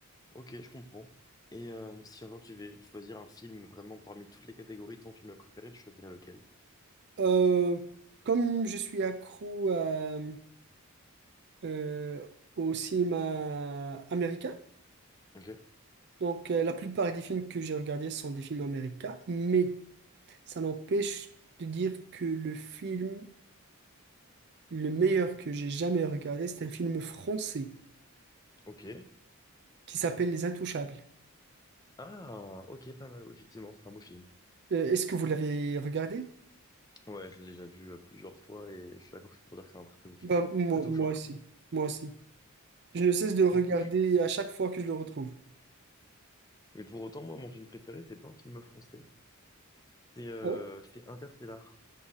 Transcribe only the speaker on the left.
Ok, je comprends. Et euh, si un jour tu veux choisir un film vraiment parmi toutes les catégories, ton film préféré, tu choisirais lequel?
Ok,
ok.
Ah, ok, pas mal, oui, effectivement, c'est un beau film.
Ouais, je l'ai déjà vu euh, plusieurs fois et je suis d'accord pour dire que c'est un très très beau film.
Très touchant.
Très touchant.
Mais pour autant, moi, mon film préféré, c'est pas un film français. C'est euh,
c'est Interstellar.